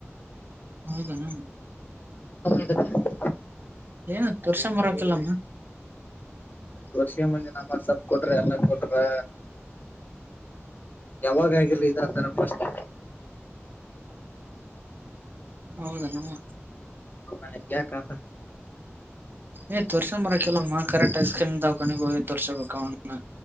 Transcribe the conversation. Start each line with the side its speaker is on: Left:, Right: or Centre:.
Right: ಹೌದಣ
Left: ಇದಕ್ಕ
Right: ಏನ ವರ್ಷ ಮರಕಿಲ್ಲಮ್ಮ
Left: ವರ್ಷೆ ಮುಂಜೆ ನಮ್ಮ ಸಪ್ ಕೊಟ್ರಿ ಎಲ್ಲ ಕೊಟ್ರಗ್ರ ಯಾವಾಗ ಆಾಗಿಿಲ್ಲ ಇ ಅಂತರ ಸ್ಟ್
Right: ಹೌದಾ ನಮ್ಮ
Left: ಅವ ನ ಎಂಗ ಕತಣ
Right: ಏ್ ತೋರ್ಸೊಂಬರಕಲ್ಲ ಕರೆಕ್ಟ್ ಐಸ್ ಕ್ರೀನ್ಕೊಂಡಿ ಹೋಗಿ ತೋರ್ಸೋಬೇಕ ಅವ